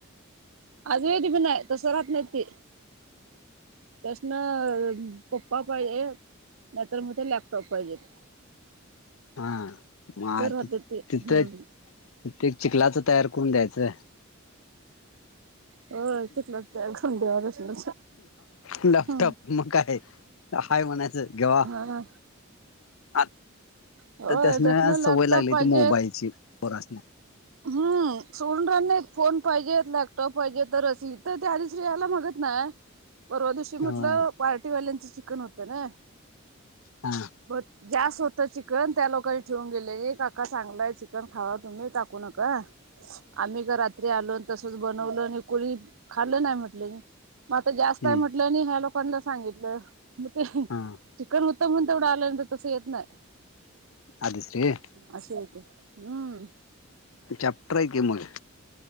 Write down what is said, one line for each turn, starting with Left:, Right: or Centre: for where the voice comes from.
Right: अद्वेत पण नाही तसं राहत नाही ती. त्यासन पप्पा पाहिजे नाही तर मग ते लॅपटॉप पाहिजेत.
Left: हां मग
Right: तर राहते
Left: त
Right: ते
Left: तिथं
Right: हम्म
Left: तिथे चिखलाच तयार करून द्यायचं.
Right: हो चिखलात घोंड्यावर असलं
Left: लॅपटॉप
Right: हा
Left: मग काय. काय म्हणायचं <unintelligible>
Right: हा
Left: आ आता
Right: होय
Left: त्यासनी
Right: लॅपटॉप
Left: सवय लागली
Right: पाहिजेत.
Left: ती मोबाईलची पोरासणी.
Right: हम्म सोडणार नाही. फोन पाहिजेत लॅपटॉप पाहिजे तरच अस तर त्याधिसरी यायला मागत नाही. परवा दिवशी
Left: हा
Right: म्हटलं पार्टीवाल्यांचं चिकन होतं ना.
Left: हम्म.
Right: बर. जास्त होतं चिकन त्या लोकांनी ठेवून गेले काका चांगला आहे चिकन खावा तुम्ही टाकू नका.
Left: <unintelligible> <inaudible>
Right: आम्ही का रात्री आलो तसच बनवलं आणि कुणी खालं नाही म्हटलं मी म आता जास्त
Left: हम्म
Right: म्हटलं आणि ह्या लोकांना सांगितलं मग ते-
Left: हां...
Right: चिकन होत म्हणुन तेवढं आल नाही तर तसं येत नाही-
Left: आलीस रे
Right: अस होत हम्म...
Left: चॅप्टर हाय की मग.